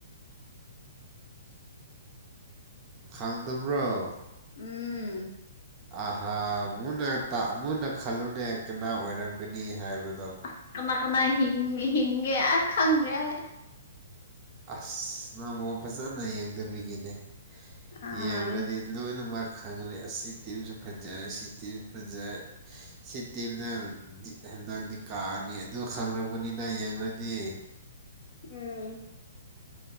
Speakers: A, on the right (about 25°); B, on the left (about 50°).
A: ꯈꯪꯗꯕ꯭ꯔꯣ
B: ꯎꯝ
A: ꯑꯍꯥ ꯃꯨꯅ ꯃꯨꯅ ꯈꯜꯂꯨꯅꯦ ꯀꯅꯥ ꯑꯣꯏꯔꯝꯒꯅꯤ ꯍꯥꯏꯕ
B: ꯑ ꯀꯃꯥꯏ ꯀꯃꯥꯏ ꯍꯤꯡ ꯍꯤꯡꯒꯦ ꯑ ꯈꯪꯗ꯭ꯔꯦ ꯑꯩ
A: ꯑꯁ ꯅꯪꯕꯨ ꯐꯖꯅ ꯌꯦꯡꯗꯕꯥꯒꯤꯅꯦ
B: ꯑꯥ
A: ꯌꯦꯡꯉꯗꯤ ꯂꯣꯏꯅꯃꯛ ꯈꯪꯒꯅꯤ ꯑꯁꯤ ꯇꯤꯝꯁꯨ ꯐꯖꯩ ꯁꯤ ꯇꯤꯝꯁꯨ ꯐꯖꯩ ꯁꯤ ꯇꯤꯝꯅ ꯍꯟꯗꯥꯛꯗꯤ ꯀꯥꯅꯤ ꯑꯗꯨ ꯈꯪꯕꯅꯤꯅ ꯌꯦꯡꯉꯗꯤ
B: ꯎꯝ